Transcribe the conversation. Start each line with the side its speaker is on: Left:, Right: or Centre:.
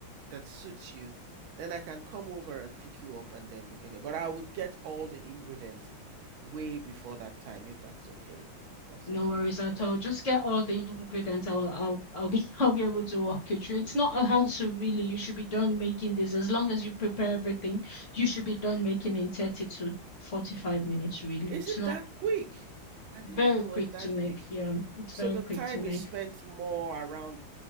Right: that suits you, then I can come over and pick you up and then we can. But I would get all the ingredients way before that time if that's okay. If that's
Left: No
Right: okay.
Left: worries at all. Just get all the ingredients. I'll I'll I'll be <laughs> I'll be able to walk you through. It's
Right: <laughs>
Left: not a hassle really. You should be done making this. As long as you prepare everything, you should be done making in 30 to 45 minutes really.
Right: Is
Left: It's
Right: it
Left: not
Right: that quick? I didn't
Left: very
Right: know it
Left: quick
Right: was that
Left: to make.
Right: quick.
Left: Yeah, it's
Right: So
Left: very
Right: the
Left: quick
Right: time
Left: to make.
Right: is spent more around